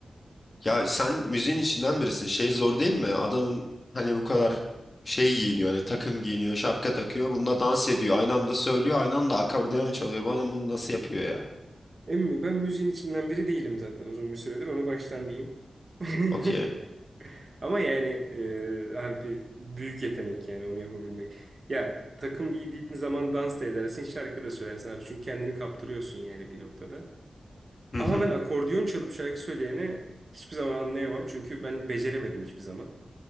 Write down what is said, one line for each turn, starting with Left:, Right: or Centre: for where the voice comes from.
Left: ya sen müziğin içinden birisin. Şey zor değil mi? Adamın hani bu kadar şey giyiniyor hani takım giyiniyor, şapka takıyor. Bununla dans ediyor. Aynı anda söylüyor, aynı anda akordeon çalıyor. Bana bunu nasıl yapıyor ya?
Right: Emmi ben müziğin içinden biri değilim zaten uzun bir süredir onu baştan diyeyim. <laughs>
Left: Okey.
Right: Ama yani e, harbi büyük yetenek yani onu yapabilmek. Ya takım giydiğin zaman dans da edersin, şarkı da söylersin abi. Çünkü kendini kaptırıyorsun yani bir noktada.
Left: Hı
Right: Ama
Left: hı.
Right: ben akordiyon çalıp şarkı söyleyene hiçbir zaman anlayamam. Çünkü ben beceremedim hiçbir zaman.